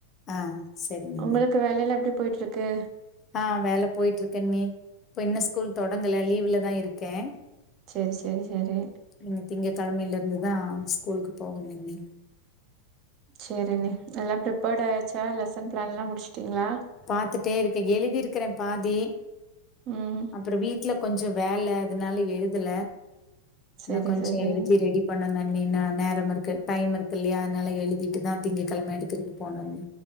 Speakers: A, on the left; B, on the right.
A: ஆ சரிங்க
B: உங்குளுக்கு
A: அண்ணி
B: வேலலா எப்டி போய்ட்ருக்கு
A: ஆ வேலை போயிட்ருக் அண்ணி இப்ப இன்ன ஸ்கூல் தொடங்கல லீவுலதா இருக்கே
B: சேரி சேரி சேரி
A: இன்னு திங்க கெழமைல இர்ந்துதா ஸ்கூலுக்கு போகணும்னி
B: சேரி அண்ணி எல்லா ப்ரிப்பேர்டு ஆயாச்சா லெசன் பிளான்லா முடிஸ்டிங்ளா
A: பாத்துட்டே இருக்கே எழுதிருக்கிறன் பாதி
B: ம்
A: அப்புறோ வீட்ல கொஞ்சோ வேல அதுனால எழுதுல
B: சரி
A: இன்னு கொஞ்சு
B: சரி
A: எழுதி ரெடி பண்ணுன் அண்ணி நா நேரம் இருக்கு டைம் இருக்கு இல்லையா அதுனால எழுதிட்டுதா திங்க கெழம எடுத்துக்கிட்டு போணு அண்ணி